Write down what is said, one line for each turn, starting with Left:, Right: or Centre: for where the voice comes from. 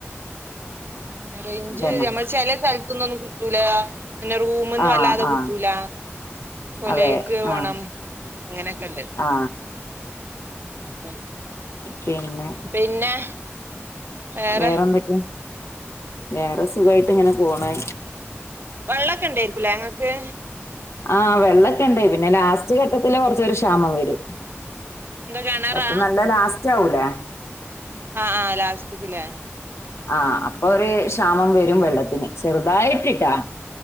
Right: ഉം റേഞ്ച്
Left: തന്നെ
Right: ഞമ്മൾ ചില സ ത്തുന്നൊന്നും കിട്ടൂല പിന്നെ റൂമ്ന്ന്
Left: ആ
Right: വല്ലാതെ
Left: ആ
Right: കിട്ടൂല കൊലൈക്ക്
Left: അതെ
Right: പോണം
Left: ആ
Right: അങ്ങനെക്കെ ണ്ട്
Left: ആ
Right: അപ്പം
Left: പിന്നെ
Right: പിന്നെ വേറെ
Left: വേറെന്തൊക്കെയാ വേറെ സുഖായിട്ട് ങ്ങനെ പോണ്
Right: വെള്ളൊക്കെ ണ്ടെർക്കുലെ ങ്ങക്ക്
Left: ആ വെ വെള്ളം ഒക്കെ ണ്ട് പിന്നെ ലാസ്റ്റ് ഘട്ടത്തില് കൊർ ചെറു ക്ഷാമം വരും
Right: ന്താ കെണറാ
Left: പറ്റ <unintelligible>
Right: ആ ലാസ്റ്റ്ക്ക് ലെ
Left: ആ അപ്പൊ ഒരു ക്ഷാമം വരും വെള്ളത്തിന് ചെറുതായിട്ടിട്ടാ